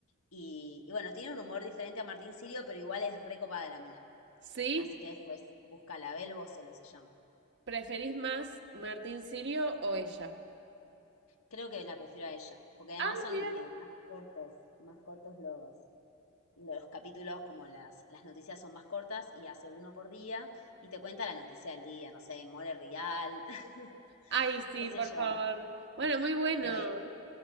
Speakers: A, on the left; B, on the right.
A: Y, y bueno, tiene un humor diferente a Martín Sirio, pero igual es recopada la mina.
B: ¿Sí?
A: Así que después búscala, Belbo solo se llama.
B: ¿Preferís más Martín Sirio o ella?
A: Creo que la prefiero a ella, porque además
B: Ay,
A: son
B: mira.
A: eh, más cortos, más cortos los, los capítulos, como las, las noticias son más cortas y hace uno por día y te cuenta la noticia del día, no sé, More Real, <laughs>
B: Ay, sí,
A: qué sé
B: por
A: yo,
B: favor. Bueno, muy bueno.
A: lo de,